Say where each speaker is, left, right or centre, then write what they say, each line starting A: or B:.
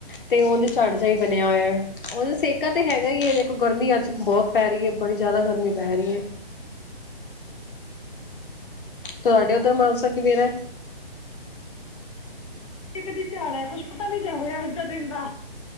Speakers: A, on the left; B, on the left.
A: ਤੇ ਉਹਦੇ ਝਾੜ ਜ ਹੀ ਬਣਿਆ ਹੋਇਆ, ਉਹ ਸੇਕਾ ਤੇ ਹੈਗਾ ਹੀ ਹੈ, ਦੇਖੋ ਗਰਮੀ ਅੱਜ ਬਹੁਤ। ਪੈ ਰਹੀ ਏ, ਬੜੀ ਜ਼ਿਆਦਾ ਗਰਮੀ ਪੈ ਰਹੀ ਏ ਤੁਹਾਡੇ ਉੱਧਰ, ਮੌਸਮ ਕਿਵੇਂ ਦਾ?
B: ਕਦੀ ਝਾੜ, ਕੁਛ ਪਤਾ ਨੀ ਚਲ ਅੱਜ ਦਾ, ਦਿਨ ਦਾ।